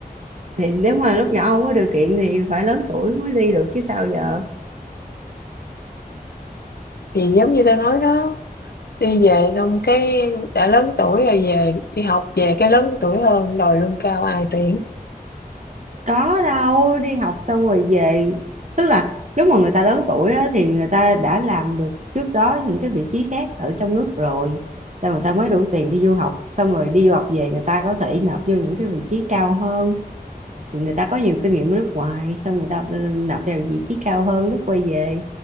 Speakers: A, on the right; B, on the left.
A: thì nếu mà lúc nhỏ không có điều kiện thì phải lớn tuổi mới đi được chứ sao giờ
B: thì giống như tao nói đó đi về xong cái đã lớn tuổi rồi về đi học về cái lớn tuổi hơn đòi lương cao ai tuyển
A: có đâu đi học xong rồi về tức là lúc mà người ta lớn tuổi á, thì người ta đã làm được trước đó những cái vị trí khác ở trong nước rồi xong người ta mới đủ tiền đi du học xong rồi đi du học về người ta có thể nộp vô những cái vị trí cao hơn người ta có nhiều kinh nghiệm ở nước ngoài xong người ta nộp vào vị trí cao hơn lúc quay về